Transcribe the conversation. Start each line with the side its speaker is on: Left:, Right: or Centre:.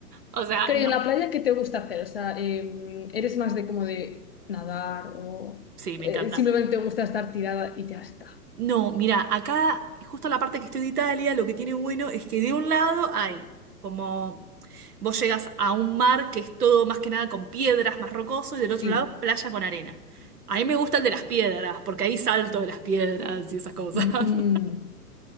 Right: O sea,
Left: Creo
Right: no.
Left: en la playa qué te gusta hacer? O sea, eh, ¿eres más de como de nadar o
Right: Sí,
Left: eh,
Right: me encanta.
Left: simplemente te gusta estar tirada y ya está?
Right: No, mira, acá, justo la parte que estoy de Italia, lo que tiene bueno es que de un lado hay como vos llegas a un mar que es todo más que nada con piedras, más rocoso, y del otro
Left: Sí.
Right: lado playa con arena. A mí me gusta el de las piedras, porque ahí salto de las piedras y esas cosas.
Left: Mm.
Right: <laughs>